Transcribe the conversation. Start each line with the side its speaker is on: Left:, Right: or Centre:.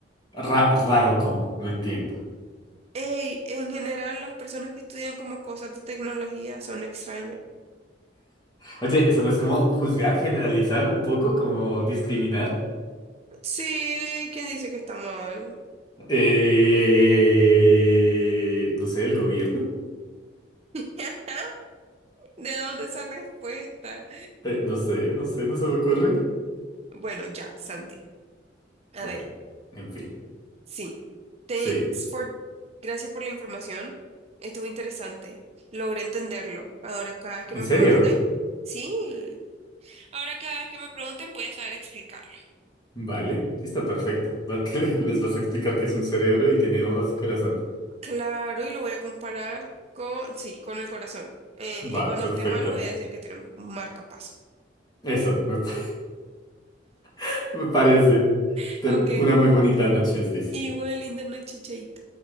Left: Ra- raro cómo, no entiendo.
Right: Ey, en general las personas que estudian como cosas de tecnología son extrañas.
Left: Oye, ¿eso no es como juzgar, generalizar un poco, como discriminar?
Right: Sí, ¿quién dice que está mal?
Left: Eh, No sé, el gobierno.
Right: <laughs> ¿De dónde esa respuesta?
Left: Eh, no sé, no sé, no se me ocurre.
Right: Bueno, ya, Santi. A
Left: Bueno,
Right: ver.
Left: en fin.
Right: Sí. Thanks
Left: Sí.
Right: for... Gracias por la información. Estuvo interesante. Logré entenderlo. Ahora cada vez que
Left: ¿En
Right: me
Left: serio?
Right: pregunten, sí. Ahora cada vez que me pregunten voy a saber explicarlo.
Left: Vale, listo, perfecto. Va- <laughs> que Les vas a explicar que es un cerebro y tiene ojos y corazón.
Right: Claro, y lo voy a comparar con, sí, con el corazón. Eh,
Left: Va,
Right: y cuando
Left: perfecto.
Right: esté malo voy a decir que tiene un marcapaso.
Left: Eso, me, pa- <laughs> me parece.
Right: <laughs>
Left: Ten
Right: Ok.
Left: una muy bonita noche, Stacy.
Right: Igual, linda noche, chaito.